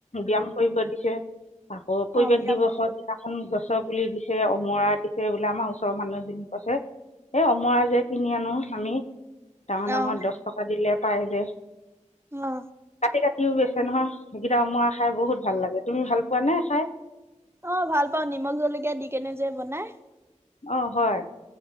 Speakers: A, on the left; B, on the right.
A: ব্যয়াম কৰিব দিছে আকৌ পৰিৱেশ
B: অ', বিয়ামত
A: দিৱসত দিনাখন গছৰ পুলি দিছে অমৰা দিছে বোলে আমাৰ ওচৰৰ মানুহ এজনিক কৈছে। এই অমৰা যে কিনি আনো আমি ডাঙৰ
B: অ',
A: ডাঙৰ দহ টকা দিলে পাই যে।
B: অ
A: কাটি কাটিও বেছে নহয় সেইকেইটা অমৰা খাই বহুত ভাল লাগে তুমি ভাল পোৱা নে খাই
B: অ ভাল পাওঁ নিমখ জলকীয়া দি কেনে যে বনাই।
A: অ হয়